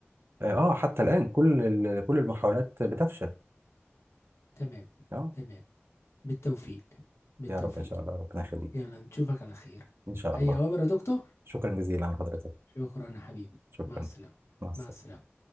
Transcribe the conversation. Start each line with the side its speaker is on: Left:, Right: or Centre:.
Right: اه آه، حتى الان كل ال- كل المحاولات بتفشل
Left: تمام
Right: اه
Left: تمام بالتوفيق بالتوفيق
Right: يا رب ان شاء الله ربنا يخليك
Left: يلا نشوفك على خير
Right: ان شاء
Left: اي
Right: الله
Left: اوامر يا دكتور
Right: شكرا جزيلا لحضرتك
Left: شكرا يا حبيبي
Right: شكرا
Left: مع السلامة
Right: مع السلامه
Left: مع السلامة